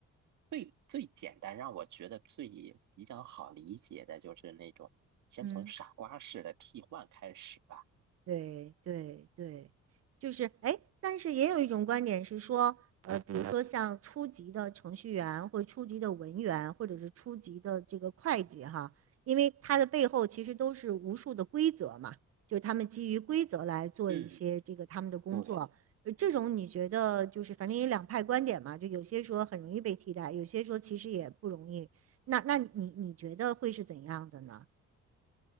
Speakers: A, on the right (about 70°); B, on the right (about 50°).
A: 最最简单，让我觉得最比较好理解的就是那种先从傻瓜式的替换开始吧。
B: 嗯。对对对，就是哎，诶但是也有一种观点是说，呃，比如说像初级的程序员，或者初级的文员，或者是初级的这个会计哈，因为它的背后其实都是无数的规则嘛，就是他们基于规则来做一些这个他们的工作。
A: 嗯，对。
B: 呃这种你觉得就是反正也两派观点嘛，就有些说很容易被替代，有些说其实也不容易。那那你你觉得会是怎样的呢？